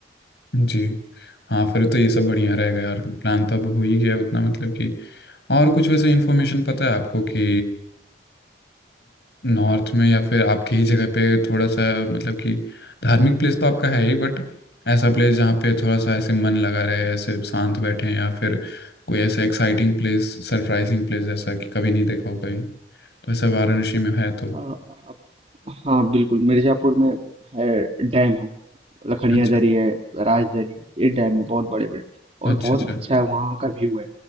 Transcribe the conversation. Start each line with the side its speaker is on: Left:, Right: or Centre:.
Left: जी हाँ फिर तो ये सब बढ़िया रहेगा यार प्लान तो अब हो ही गया उतना मतलब कि और कुछ वैसे इन्फॉर्मेशन पता है आपको कि नॉर्थ में या फिर आपकी ही जगह पे थोड़ा सा मतलब कि धार्मिक प्लेस तो आपका है ही बट ऐसा प्लेस जहाँ पे थोड़ा सा ऐसे मन लगा रहे ऐसे शांत बैठे हैं, या फिर कोई ऐसा एक्साइटिंग प्लेस सरप्राइजिंग प्लेस जैसा कि कभी नहीं देखा हो कहीं तो ऐसा वाराणसी में है तो
Right: जाता हाँ बिल्कुल मिर्जापुर में है डैम है लखनिया
Left: अच्छा
Right: दरी है राजदरी है ये डैम है बहुत बड़े बड़े
Left: अच्छा
Right: और बहुत
Left: अच्छा
Right: अच्छा है वहाँ का व्यू है